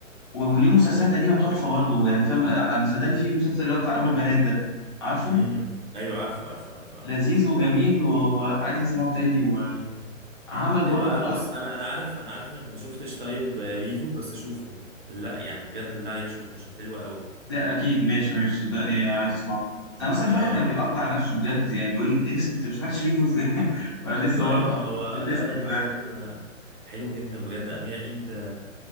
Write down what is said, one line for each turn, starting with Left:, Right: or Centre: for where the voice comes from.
Left: وليه مسلسلات قديمه تحفه برضو يعني فاهم آه، انا صدقني في مسلسل اللي هو بتاع ابو البنات ده عارفه
Right: امم ايوه عارف عارف عارف عارف
Left: لذيذ وجميل وعايز اسمعه تاني
Right: امم
Left: وعمل برضو
Right: يبقى بص انا انا عارف انا عارف انك ما شفتش طيب آه، ريفو بس شوفه بالله يعني بجد بالله عليك شوفه عشان حلو قوي
Left: ده اكيد ماشي ماشي صدقني عايز اسمعه انا اصلا في
Right: اه
Left: واحد كان بيقطع نفسه بجد يعني بيقول لي ايه اسم- انت ما سمعتش ريفو ازاي <laughs> وانا
Right: ايوه
Left: لسه برضه
Right: ايوه
Left: <laughs>
Right: ما
Left: حاطط
Right: هو
Left: في الليست
Right: لا لا
Left: كده
Right: لا حلو
Left: يعني.
Right: آه، حلو جدا بجد امير عيد